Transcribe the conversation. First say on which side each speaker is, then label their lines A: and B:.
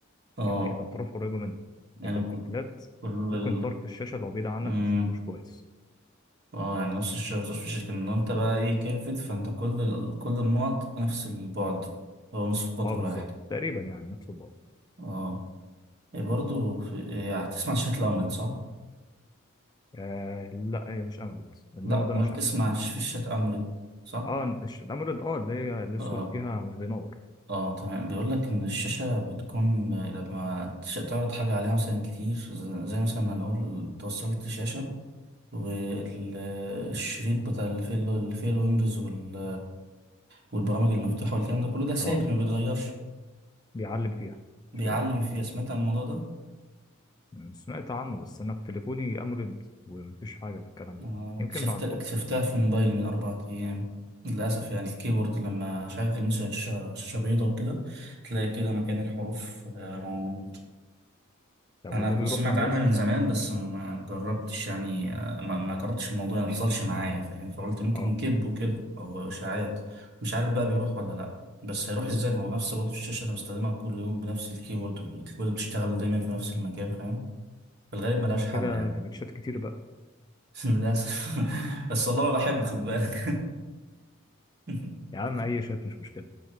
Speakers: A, on the right; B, on the left.
A: اه
B: يعني الاطراف قريبه منك
A: يعني
B: لكن
A: كل
B: في الفلات
A: كل
B: ممكن
A: ال...
B: طرف الشاشه لو بعيد عنك
A: مم.
B: ما تشوفوش كويس
A: اه يعني نص الشهر طش في الشركة ان انت بقى ايه كيرفت فانت كل ال- كل النقط نفس البعد هو نصف قطر
B: اه بالظبط
A: واحد
B: تقريبا يعني نفس البعد
A: اه إيه برضو في... إيه هتسمع شات الأملت صح؟
B: آه لا هي مش اموليد النوع
A: لا
B: ده
A: ولا
B: مش
A: تسمع
B: اموليد
A: في شات أملت صح؟
B: اه الش- الاموليد اه اللي هي الاسود
A: اه
B: فيها مش بينور
A: اه تمام بيقول لك ان الشاشة بتكون لما تش- تعرض حاجة عليها مثلا كتير ز- زي مثلا هنقول توصلت شاشة والشريط بتاع اللي فيه اللي فيه الويندوز وال... والبرامج المفتوحة والكلام ده كله ده ثابت
B: اه
A: ما بيتغيرش
B: بيعلم فيها
A: بيعلم
B: مش كده
A: فيها سمعت عن الموضوع ده
B: أنا سمعت عنه بس انا في تليفوني اموليد ومفيش حاجه في الكلام ده
A: آه، انا
B: يمكن
A: اكتشفت
B: بعد
A: اكتشفتها
B: فتره
A: في موبايلي من اربع ايام للاسف يعني الكيبورد لما اشغل مثلا شاشه شاشة بيضاء وكده تلاقي كده مكان الحروف آه، مو-
B: طب
A: انا
B: وده بيروح
A: سمعت
B: مع الوقت
A: عنها من زمان بس ما جربتش يعني آه، ما ما جربتش الموضوع يعني ما حصلش معايا فاهم فقلت يمكن
B: اه
A: كذب وكده او اشاعات مش عارف بقى بيروح ولا لا بس هيروح ازاي ما هو نفس برضه الشاشه اللي بستخدمها كل يوم بنفس الكيبورد الكيبورد بيشتغل دايما في نفس المكان فاهم في الغالب ملهاش
B: بعد كده
A: حل يعني
B: تبقى شات كتير بقى
A: <laughs> للأسف بس والله ما بحب خد بالك <laughs>
B: يا عم اي شات مش مشكله